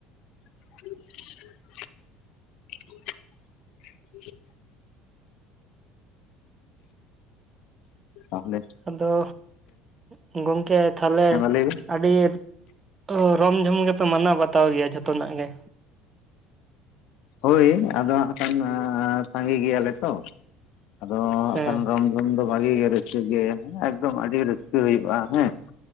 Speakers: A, on the left (about 65°); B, on the right (about 25°).
A: <unintelligible> ᱛᱟᱦᱞᱮ,
B: ᱟᱫᱚ ᱩᱸᱜ ᱜᱚᱝᱠᱮ ᱛᱷᱟᱞᱮ,
A: ᱢᱟ ᱞᱟᱹᱭ ᱵᱤᱱ
B: ᱟᱹᱰᱤ ᱛᱚ ᱨᱚᱢ ᱡᱷᱚᱢ ᱜᱮᱯᱮ ᱢᱟᱱᱟᱣ ᱵᱟᱛᱟᱣ ᱜᱮᱭᱟ ᱡᱷᱚᱛᱚᱱᱟᱜ ᱜᱮ,
A: ᱦᱳᱭ ᱟᱫᱚ ᱦᱟᱸᱜ ᱠᱷᱟᱱ ᱟᱸᱻ ᱥᱟᱸᱜᱮ ᱜᱮᱭᱟᱞᱮ ᱛᱚ ᱟᱫᱚ
B: ᱦᱮᱸ
A: ᱦᱟᱸᱜ ᱠᱷᱟᱱ ᱨᱚᱢ, ᱫᱚᱢ ᱫᱚ ᱵᱷᱟᱜᱮ ᱜᱮ ᱨᱟᱹᱥᱠᱟᱹ ᱜᱮ ᱮᱠᱫᱚᱢ ᱟᱹᱰᱤ ᱨᱟᱹᱥᱠᱟᱹ ᱦᱩᱭᱩᱜᱼᱟ ᱦᱮᱸ᱾